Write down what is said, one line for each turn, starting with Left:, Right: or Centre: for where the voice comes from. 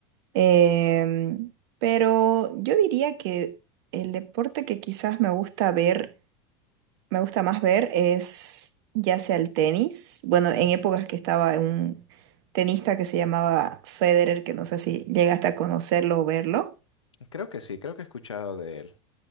Right: Em, pero yo diría que el deporte que quizás me gusta ver me gusta más ver es ya sea el tenis. Bueno, en épocas que estaba un tenista que se llamaba Federer, que no sé si llegaste a conocerlo o verlo.
Left: Creo que sí, creo que he escuchado de él.